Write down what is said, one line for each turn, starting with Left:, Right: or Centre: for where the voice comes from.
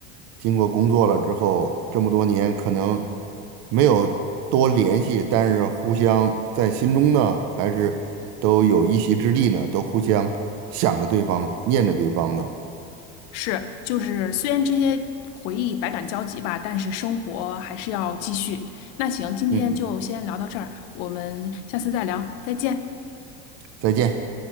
Right: 经过工作了之后，这么多年可能没有多联系，但是互相在心中呢，还是都有一席之地呢，都互相想着对方，念着对方呢。
Left: 是，就是虽然这些回忆百感交集吧，但是生活还是要继续。那行，今天就先聊到这儿，
Right: 嗯，
Left: 我们下次再聊，再见。
Right: 再见。